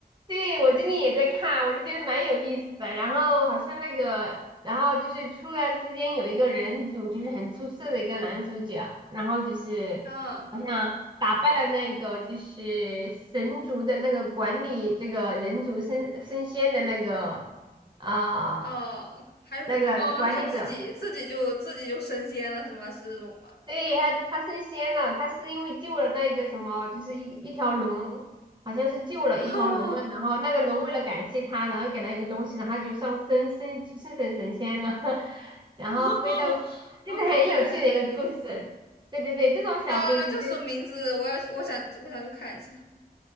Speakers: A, on the right; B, on the left.
A: 对，我最近也在看，我就觉得蛮有意思的。然后好像那个，然后就是突然之间有一个人族，就是很出色的一个男主角，然后就是好像打败了那个就是神族的那个管理这个人族升升仙的那个啊、
B: 啊哦，还是哦，
A: 那个管理者。
B: 他自己自己就自己就升仙了是吗？是这种吗？
A: 对，他他升仙了，他是因为救了那一个什么，就是一一条龙，好像是救了一条龙嘛，
B: <laughs> 啊、哦，
A: 然后那个龙为了感谢他，然后给他一个东西，然后他就上升升升成神仙了，<laughs> 然后飞到，
B: <laughs>
A: 这是很有趣的一个故事。
B: 哦，感觉还蛮有意思。
A: 对对对，这种小说就就
B: 啊、叫什么名字？我要去，我想，我想去看一下。